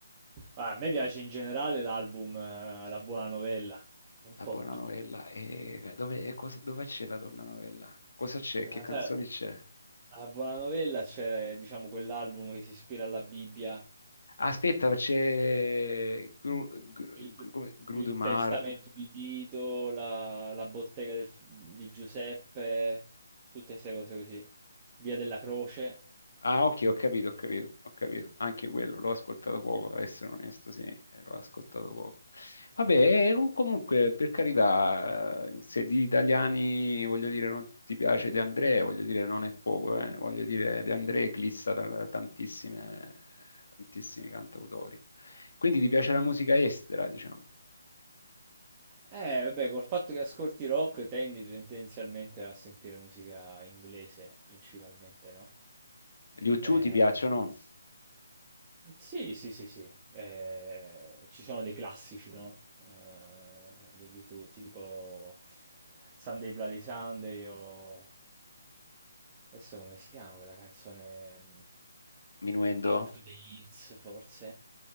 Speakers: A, on the right; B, on the left.
A: Ma a me piace in generale l'album eh, La Buona Novella, un
B: la
A: po'
B: buona
A: tutto.
B: novella. E dove, e cosa- dove c'è la donna novella? Cosa c'è?
A: Eh,
B: Che canzoni
A: sai,
B: c'è?
A: alla Buona Novella c'era, diciamo, quell'album che si ispira alla Bibbia,
B: Aspetta, c'è Gru, Gru,
A: il,
B: Gru- Grudemar.
A: il Testamento di Tito, la, la Bottega del- di Giuseppe, tutte queste cose così. Via della Croce.
B: Ah, ok, ho capito, ho capito, ho capito. Anche quello l'ho ascoltato poco, a essere onesto, sì, eh, l'ho ascoltato poco. Vabbè, eh, com- comunque, per carità, eh, se di italiani, voglio dire, non ti piace De André, voglio dire, non è poco, eh. Voglio dire, De André eclissa da- tantissime, tantissimi cantautori. Quindi ti piace la musica estera, diciamo.
A: Eh, vabbè, col fatto che ascolti rock tendi tendenzialmente a sentire musica inglese principalmente, no?
B: Gli U2
A: Eh,
B: ti piacciono?
A: sì, sì, sì, sì. Eh, ci sono dei classici, no? Eh, degli YouTube, tipo Sunday Bloody Sunday o... Adesso come si chiama quella canzone? mm,
B: Minuendo?
A: Up to the Hills, forse?